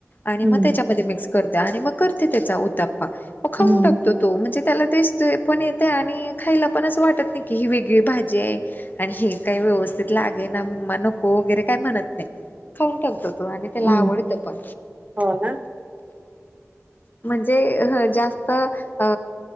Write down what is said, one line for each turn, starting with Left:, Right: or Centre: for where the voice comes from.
Left: आणि
Right: हम्म
Left: मग त्याच्यामध्ये मिक्स. करते आणि मग करते त्याचा उताप्पा मग खाऊन
Right: हम्म
Left: टाकतो. तो म्हणजे त्याला तेस्ट पण येत आहे आणि खायला पण असं वाटत नाही की ही वेगळी भाजी आहे. आणि हे काही व्यवस्थित लागे ना नको वगैरे काय म्हणत नाही खाऊन ठाकतो आणि त्याला
Right: हम्म
Left: आवडत पण
Right: हो ना
Left: म्हणजे जास्त अ